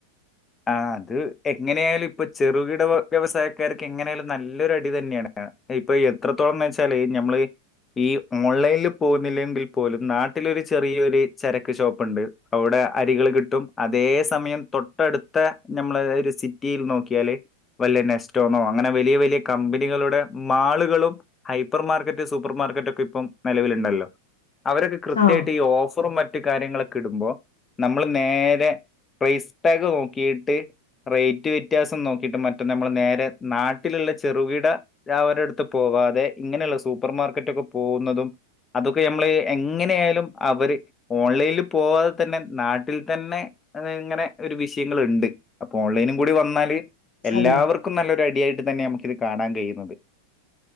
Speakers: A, on the left; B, on the left.
A: ആഹ് അത് എങ്ങനെ ആയാലും ഇപ്പൊ ചെറുകിട വ്യ വ്യവസായക്കാർക്ക് എങ്ങനെയായാലും നല്ലൊരു അടി തന്നെയാണ് ഇപ്പൊ എത്രത്തോളം വെച്ചാല് ഞമ്മള് ഈ ഓൺലൈനിൽ പോകുന്നില്ലെങ്കിൽ പോലും നാട്ടിലൊരു ചെറിയൊരു ചരക്ക് ഷോപ്പ് ഉണ്ട് അവിടെ അരികള് കിട്ടും അതേ സമയം തൊട്ടടു ത്തെ നമ്മൾ ഒരു സിറ്റിയിൽ നോക്കിയാല് വലിയ നെസ്റ്റോന്നോ അങ്ങനെ വലിയ വലിയ കമ്പനികളുടെ മാളുകളും ഹൈപ്പർ മാർക്കറ്റ് സൂപ്പർ മാർക്കറ്റ് ഒക്കെ ഇപ്പം നിലവിലുണ്ടല്ലോ അവരൊക്കെ കൃത്യായിട്ട്
B: ആഹ്
A: ഈ ഓഫറും മ റ്റ് കാര്യങ്ങളൊക്കെ ഇടുമ്പോ നമ്മള് നേരെ പ്രെയ്സ് ടാഗ് നോക്കിയിട്ട് റേറ്റ് വ്യത്യാസം നോക്കിയിട്ട് മറ്റെ നമ്മള് നേരെ നാട്ടിലുള്ള ചെറുകിട വ്യാപാരികളുടെ അടുത്ത് പോകാതെ ഇങ്ങനെയുള്ള സൂപ്പർ മാർക്കറ്റൊക്കെ പോകുന്നതും അതൊക്കെ നമ്മള് എങ്ങനെ ആയാലും അവര് ഓൺലൈനിൽ പോവാതെ തന്നെ നാട്ടിൽ തന്നെ അത് ഇങ്ങനെ ഒരു വി ഷയങ്ങളുണ്ട് അപ്പൊ ഓൺലൈനും കൂടി വന്നാല് എല്ലാവർ
B: അതെ അതെ
A: ക്കും നല്ലൊരു ഐഡിയായിട്ട് തന്നെ നമുക്ക് ഇത് കാണാൻ കഴിയുന്നത്